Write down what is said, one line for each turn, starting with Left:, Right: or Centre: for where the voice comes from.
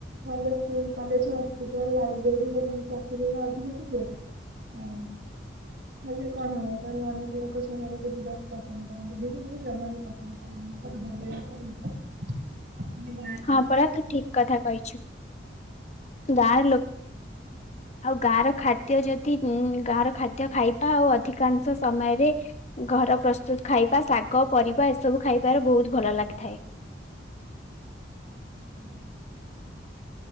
Right: ଭଲ ସ୍କୁଲ କଲେଜ ହସ୍ପିଟାଲ ଲାଇବ୍ରେରୀ ଏବଂ ଚାକିରି ଅଧିକ ଯିବେ ହୁଁ। ହେଲେ କଣ ହବ କାରଣ ଅନେକ ଲୋକ ସମୟରେ ବି ଯିବାକୁ ପସନ୍ଦ କରନ୍ତି ମୁଁ କିନ୍ତୁ ଜମା ବି ପସନ୍ଦ କରେନି। ବେ <unintelligible> ହେଲେ ଗାଁ
Left: ହଁ ପରା ତୁ ଠିକ କଥା କହିଛୁ ଗାଁରେ ଲୋକ ଆଉ ଗାଁ ର ଖାଦ୍ୟ ଯଦି ଉ ଗାଁ ର ଖାଦ୍ୟ ଖାଇବା ଆଉ ଅଧିକାଂଶ ସମୟରେ ଘର ପ୍ରସ୍ତୁତ ଖାଇବା ଶାଗ ପରିବା ଏସବୁ ଖାଇବାରେ ବହୁତ ଭଲ ଲାଗିଥାଏ।
Right: ହୁଁ